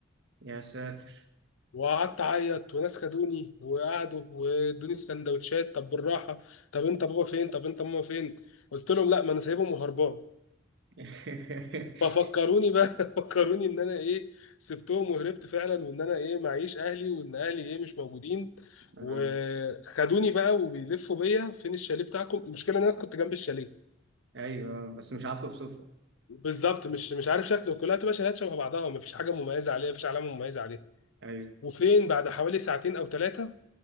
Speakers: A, on the right; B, on the left.
A: يا ساتر
B: وقعدت اعيط وناس خدوني وقعدوا وادوني سندوتشات طب بالراحه طب انت بابا فين طب انت ماما فين قلت لهم لا ما انا سايبهم وهربان
A: <laughs>
B: ففكروني بقى <laughs> فكروني ان انا ايه سبتهم وهربت فعلا وان انا ايه معيش اهلي وان اهلي ايه مش موجودين
A: آه.
B: وخدوني بقى وبيلفوا بيا فين الشاليه بتاعكم المشكله ان انا كنت جنب الشاليه
A: أيوه بس مش عارف أوصفه
B: بالظبط مش مش عارف شكله كلها بتبقى شاليهات شبه بعضها ومفيش حاجه مميزه عليها مفيش علامه مميزه عليها
A: أيوه
B: وفين بعد حوالي ساعتين او ثلاثه